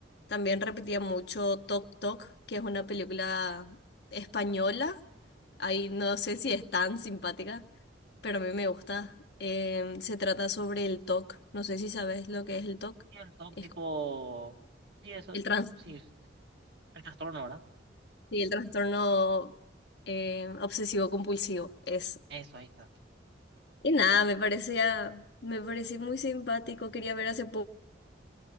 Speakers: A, on the left; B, on the right.
A: También repetía mucho Tok Tok, que es una película española. Ahí no sé si es tan simpática, pero a mí me gusta. Em, se trata sobre el TOC, no sé si sabes lo que es el TOC.
B: Y El TOC
A: Es
B: tipo... Sí, eso,
A: el trastorno
B: sí, sí, sí. el trastorno, ¿verdad?
A: Sí, el trastorno eh, obsesivo compulsivo es.
B: Eso, ahí está.
A: Y nada, me parecía, me parecía muy simpático. Quería ver hace poco.